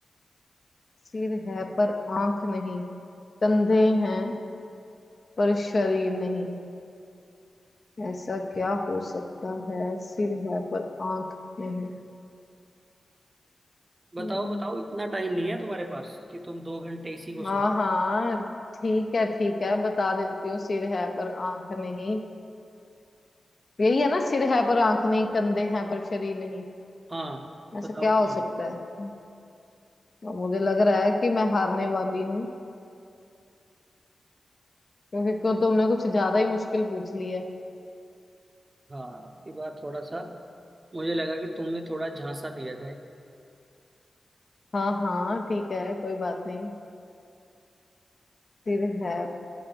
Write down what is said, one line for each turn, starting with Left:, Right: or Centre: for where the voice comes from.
Left: सिर है पर आंख नहीं कंधे हैं पर शरीर नहीं ऐसा क्या हो सकता है सिर है पर आंख नहीं
Right: बताओ
Left: हम्म,
Right: बताओ इतना टाइम नहीं है तुम्हारे पास कि तुम दो घंटे इसी को सोच
Left: हाँ हाँ ठीक है ठीक है बता देती हूँ सिर है पर आंख नहीं यही है ना सिर है पर आंख नहीं कंधे हैं पर शरीर नहीं
Right: हाँ
Left: ऐसा
Right: बताओ
Left: क्या हो
Right: क्या
Left: सकता
Right: है?
Left: है अब मुझे लग रहा है कि मैं हारने वाली हूँ क्योंकि को तुमने कुछ ज्यादा ही मुश्किल पूछ ली है
Right: हाँ आपकी बात थोड़ा सा मुझे लगा कि तुम्हें थोड़ा झांसा दिया जाए
Left: हाँ हाँ ठीक है कोई बात नहीं सिर है